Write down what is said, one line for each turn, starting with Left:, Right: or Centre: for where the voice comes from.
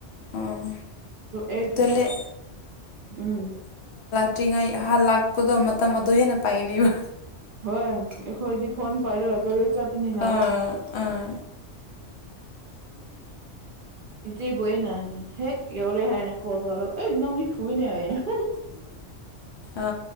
Left: ꯑꯥ
Right: ꯑꯦ
Left: ꯇꯣꯏꯂꯦꯠ
Right: ꯎꯝ
Left: ꯑꯔꯤꯉꯥꯏ ꯍꯥ ꯂꯥꯛꯄꯗꯣ ꯃꯇꯝ ꯑꯗꯨ ꯍꯦꯟꯅ ꯄꯥꯏꯒꯅꯤꯕ
Right: ꯍꯣꯏ ꯑꯩꯈꯣꯏꯗꯤ ꯐꯣꯟ ꯄꯥꯏꯔꯒꯔ ꯆꯥꯄꯤꯅꯤꯅ
Left: ꯑꯥ
Right: ꯋꯥ
Left: ꯑꯥ
Right: ꯆꯦꯕꯣꯣꯏꯅ ꯍꯦꯛ ꯌꯧꯔꯦ ꯍꯥꯏ ꯀꯣꯜ ꯀꯣꯔꯣ ꯑꯦ ꯏ ꯅꯅꯤ ꯊ ꯍꯨꯏꯅꯦ ꯍꯥꯏꯌꯦꯦ
Left: ꯑ